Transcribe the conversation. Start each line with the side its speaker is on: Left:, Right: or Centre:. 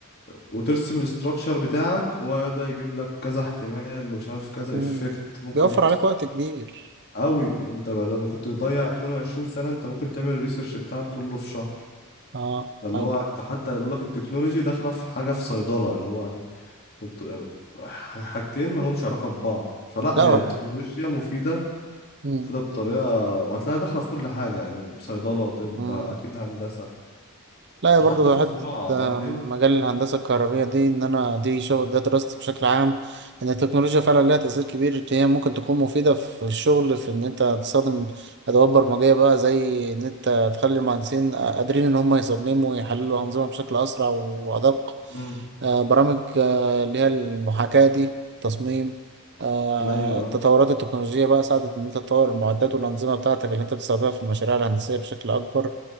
Left: وترسم الاستراكشر بتاعك وهو يقعد بقى يجيب لك كذا احتمال ومش عارف كذا
Right: مم.
Left: افكت ممكن
Right: بيوفر
Left: ي-
Right: عليك وقت كبير
Left: قوي انت بدل ما كنت تضيع 22 سنة انت ممكن تعمل الريسيرش بتاعك كله في شهر
Right: اه
Left: اللي
Right: حلو
Left: هو انت حتى بيقول لك التكنولوجي داخلة في حاجة في صيدلة اللي هو يعني الت- حاجتين مالهمش علاقة ببعض فلا
Right: لا
Left: هي التكنولوجيا مفيدة
Right: مم.
Left: فده بطريقة وهتلاقيها داخلة في كل حاجة يعني صيدلة طب
Right: مم.
Left: أكيد هندسة
Right: لا يا برضه
Left: حتى في الزراعة
Right: حتة آه،
Left: فاهم
Right: مجال الهندسة الكهربية دي إن أنا دي شغل ده دراستي بشكل عام إن التكنولوجيا فعلا لها تأثير كبير هي ممكن تكون مفيدة في الشغل في إن أنت تستخدم أدوات برمجية بقى زي إن أنت تخلي المهندسين آه، قادرين إن هم يصمموا ويحللوا أنظمة بشكل أسرع وأدق
Left: امم
Right: آه، برامج آه، اللي هي المحاكاة دي تصميم آه،
Left: أيوة
Right: التطورات التكنولوجية بقى ساعدت إن أنت تطور المعدات والأنظمة بتاعتك اللي أنت بتستخدمها في المشاريع الهندسية بشكل أكبر